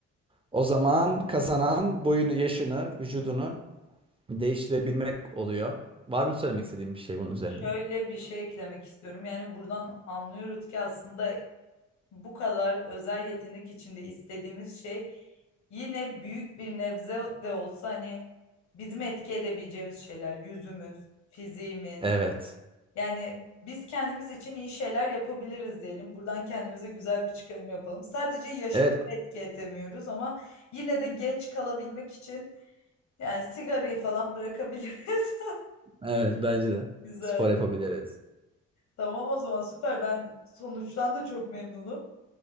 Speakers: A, on the right (about 20°); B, on the left (about 70°).
A: O zaman kazanan boyunu, yaşını, vücudunu değiştirebilmek oluyor. Var mı söylemek istediğin bir şey bunun üzerine?
B: Şöyle bir şey eklemek istiyorum. Yani buradan anlıyoruz ki aslında bu kadar özel yetenek içinde istediğimiz şey yine büyük bir nebze de olsa hani bizim etki edebileceğimiz şeyler, yüzümüz, fiziğimiz.
A: Evet.
B: Yani biz kendimiz için iyi şeyler yapabiliriz diyelim. Buradan kendimize güzel bir çıkarım yapalım. Sadece yaşımızı
A: Evet
B: etki edemiyoruz ama yine de genç kalabilmek için yani sigarayı falan bırakabiliriz.
A: Evet bence de.
B: <laughs> Güzel.
A: Spor yapabiliriz.
B: Tamam o zaman süper. Ben sonuçtan da çok memnunum.